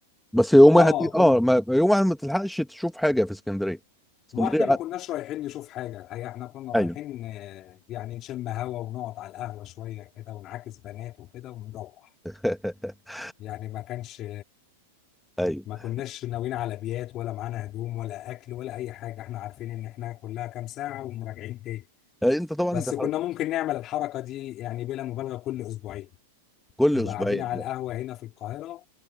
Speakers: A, in the centre; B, on the left.
A: بس يوم
B: آه،
A: واحد دي
B: كنت
A: اه ما يوم واحد ما تلحقش تشوف حاجه في اسكندريه اسكندريه
B: ما احنا ما
A: ع-
B: كناش رايحين نشوف حاجة الحقيقة احنا كنا رايحين
A: ايوه
B: آه، يعني نشم هوا ونقعد على القهوة شوية كده ونعاكس بنات وكده ونروح
A: <laughs>
B: يعني ما كانش
A: ايوه
B: ما كناش ناويين على بيات ولا معانا هدوم ولا اكل ولا اي حاجة احنا عارفين ان احنا كلها كام ساعة ومراجعين تاني
A: يعني انت طبعا
B: بس
A: انت حضرتك
B: كنا ممكن نعمل الحركة دي يعني بلا مبالغة كل اسبوعين
A: كل
B: نبقى
A: اسبوعين
B: قاعدين على
A: لا.
B: القهوة هنا في القاهرة